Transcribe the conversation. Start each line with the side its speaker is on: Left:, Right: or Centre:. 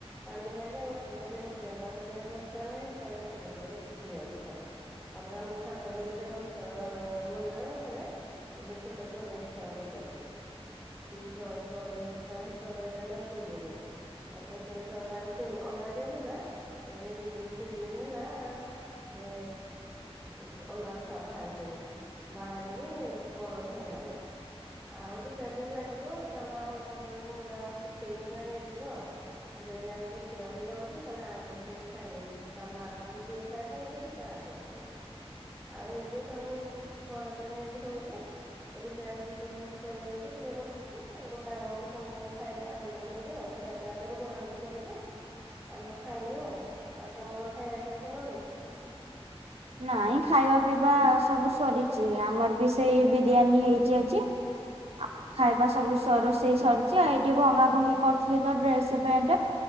Centre: ପାଣି ପାଇଲେ ଗଛପତ୍ର ଟିକେ ବଞ୍ଚିଯାଆନ୍ତା ତାପରେ ବର୍ଷା ହେଲା ନାହିଁ ତାପରେ ଗଛପତ୍ରବି ଶୁଖି ଯାଉଚି ଖାଲି। ତାପରେ ଆମ ଛାତରେ ଗୋଟେ ଗଛ ମନ୍ଦାର ଗଛରେ ଗୋଟେ ଛୋଟ ଚଡ଼େଇ ଛୁଆଟେ କରିଚି। ତୁ ଚ ଚଢ଼େଇ ତା ଚଢେଇଟାନା ବୁଲୁ-ବୁଲୁ ତାପରେ ସେଇ ଚ ତାର ତିନ୍ ଅଣ୍ଡା ଦେଇଥିଲା ଏବେ ଦି ଦିନ୍ ତିନ୍ ଦିନ୍ ହେଲା ସେ ଉ ଅଣ୍ଡାରୁ ଫାଗ ବାହାରି ସେନି ବାହାରିକି ପର ଧଇଲାଣି ଆଉ ଦି ଚାରି ଦିନ୍ ଲାଗିବ ତା ମା ଆଉ ତା ତାଙ୍କୁ ଉଡ଼ା ଶିଖେଇକିନା ନେଇଯିବ ଆଉ। ଯଦି ଆମେ ଦେଖିବାକୁ ଯାଉଚୁ ଖାଲେ ଆଁ କରୁଚି ଖାଇବେ ତା ମା ତାଙ୍କୁ ଦିଏ ଖାଇବା ପାଇଁ ବୋଲି ସେ ଆଁ କରୁ ହାଲୋ ଆଁ ଏମିତି ସବୁ ଖ ଖରାଦିନେ ଏମିତି ହଉଚି ରୋଷେଇ ବାସ ସବୁ ସରିଯାଇଚି ଟିକେ ବସିଚି ଗୋଟାକ ବେଳକୁ ସମସ୍ତେ ଖାଇବା ଆରମ୍ଭ କରିବେ ଆଉ। ଖିଆପିଆ କରିବୁ ବଢ଼ାବଢ଼ି କରିବୁ ଆମେ ଖାଇବୁ ଆଉ-ଆଉ ତୁମର ଖାଇବା ପିଇବା କଲଣି?
Right: ନାଇଁ ଖାଇବା ପିଇବା ସବୁ ସରିଚି ଆମରବି ସେଇ ବିରିୟାନୀ ହେଇଚି ଆଜି ଆଉ ଖାଇବା ସବୁ ସର ରୋଷେଇ ସରିଚି ଆଉ ଏଇଠି ଭଙ୍ଗା ଭଙ୍ଗି କରଥିଲିତ ଡ୍ରେସ୍ ପ୍ୟାଣ୍ଟ